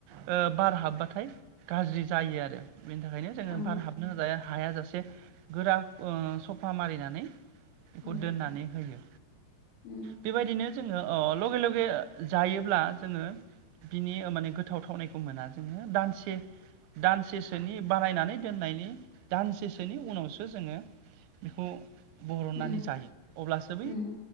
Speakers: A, on the right; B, on the left.
A: ओ बार हाबबाथाय गाज्रि जायो आरो बेनि थाखायनो जोङो
B: औ
A: बार हाबनो हाया जासे गोरा सफा मारिनानै बेखौ
B: उम
A: दोननानै होयो
B: उम
A: बेबायदिनो जोंङो अ लगे लगे जायोब्ला जोङो बिनि माने गोथाव थावनायखौ मोना जोङो दानसे दानसेसोनि बानायनानै दोननायनि दाननैसोनि उनावसो जोङो बेखौ बरहननानै
B: उम
A: जायो अब्लासो
B: उम